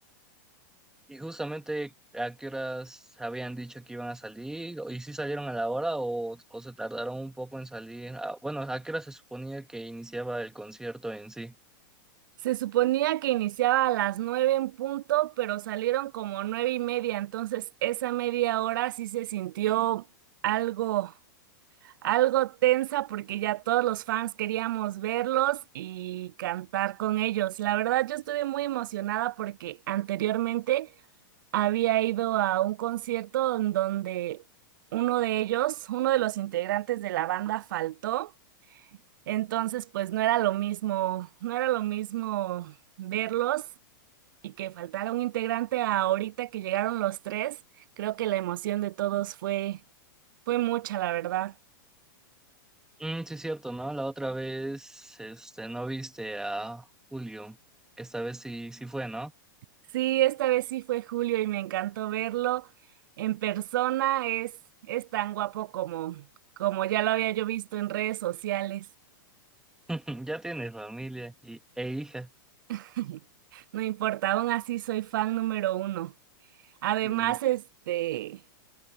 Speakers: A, in the centre; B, on the right (about 70°).
A: y justamente a qué horas habían dicho que iban a salir y si salieron a la hora o, o se tardaron un poco en salir. Ah, bueno, a qué hora se suponía que iniciaba el concierto en sí.
B: Se suponía que iniciaba a las nueve en punto, pero salieron como nueve y media, entonces esa media hora sí se sintió algo, algo tensa porque ya todos los fans queríamos verlos y cantar con ellos. La verdad, yo estuve muy emocionada porque anteriormente había ido a un concierto en donde uno de ellos, uno de los integrantes de la banda faltó. Entonces, pues no era lo mismo, no era lo mismo verlos y que faltara un integrante a ahorita que llegaron los tres. Creo que la emoción de todos fue, fue mucha, la verdad.
A: Mm, sí, es cierto, ¿no? La otra vez, este, no viste a Julio. Esta vez sí, sí fue, ¿no?
B: Sí, esta vez sí fue Julio y me encantó verlo en persona. Es, es tan guapo como, como ya lo había yo visto en redes sociales.
A: <laughs> Ya tiene familia y, e hija.
B: <laughs> No importa, aún así soy fan número uno. Además,
A: Mm,
B: este,